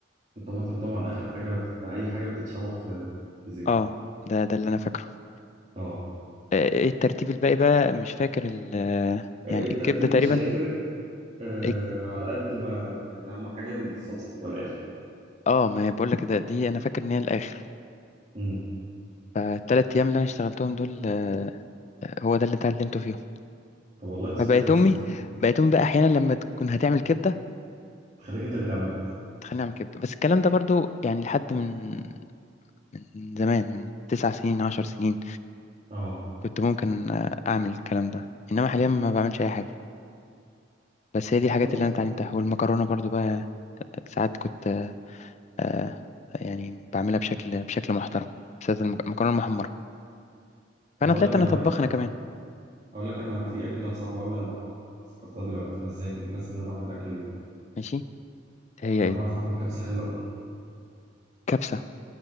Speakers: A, on the right; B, on the left.
A: الطماطم طبعا اخر حاجه في اي حاجه بتتشوح في في زيت
B: اه ده ده اللي انا فاكره
A: اه
B: آه، ايه الترتيب الباقي بقى مش فاكر ال
A: الترتيب
B: يعني الكبدة تقريبا
A: مش هيفرق آه
B: إيه-
A: على قد ما ان اهم حاجه الصلصه تبقى الاخر
B: اه ما هي بقول لك ده دي انا فاكر ان هي الاخر
A: امم
B: فالتلات ايام اللي انا اشتغلتهم دول آه، هو ده اللي اتعلمته فيهم
A: طب والله اكسبيرينس
B: فبقيت امي
A: رهيبه
B: بقيت امي بقى احيانا لما تكون هتعمل كبدة
A: تخليك انت اللي تعملها
B: خلينا نعمل كبده بس الكلام ده برضو يعني لحد من من زمان من تسع سنين عشر سنين
A: اه
B: كنت ممكن آه، اعمل الكلام ده انما حاليا ما بعملش اي حاجه بس هي دي
A: ما
B: الحاجات
A: خلاص
B: اللي
A: بقى
B: انا اتعلمتها والمكرونه برضو بقى ساعات كنت آه، آه، يعني بعملها بشكل بشكل محترم بالذات المك- المكرونه المحمره
A: طب
B: فانا
A: اقول
B: طلعت
A: لك
B: انا
A: انا
B: طباخ
A: بقى،
B: انا كمان
A: اقول لك انا في اكله صعبه قوي انا بعملها انا افتكرتها دلوقتي انا ازاي كنت ناسي ان انا بعمل الاكله دي
B: ماشي هي
A: انا
B: ايه
A: بعرف اعمل كبسه حلوه قوي
B: كبسه